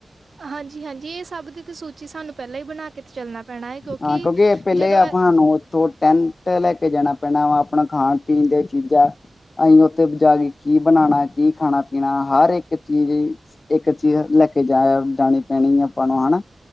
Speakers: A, on the right (about 45°); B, on the left (about 50°).
A: ਹਾਂਜੀ-ਹਾਂਜੀ ਇਹ ਸਭ ਦੀ ਤਾਂ ਸੂਚੀ ਸਾਨੂੰ ਪਹਿਲਾਂ ਹੀ ਬਣਾ ਕੇ ਤੇ ਚੱਲਣਾ ਪੈਣਾ ਹੈ
B: ਹਾਂ ਕਿਉਂਕਿ ਪਹਿਲੇ
A: ਜਦੋਂ
B: ਆਪਾਂੂੰ ਉਥੋਂ ਟੈਨ <unintelligible> ਟ ਲੈ ਕੇ ਜਾਣਾ ਪੈਣਾ ਵਾ ਆਪਣਾ ਖਾਣ-ਪੀਣ ਦੀਆਂ ਚੀਜ਼ਾਂ <unintelligible> ਅਸੀਂ ਉੱਥੇ ਜਾ ਕੇ ਕੀ ਬਣਾਉਣਾ, ਕੀ ਖਾਣਾ- ਪੀਣਾ ਹਰ ਇੱਕ ਚੀਜ਼ <unintelligible> ਇੱਕ ਚੀਜ਼ ਲੈ ਕੇ ਜਾ ਜਾਣੀ ਪੈਣੀ ਹੈ ਆਪਾਂ ਨੂੰ ਹਨਾ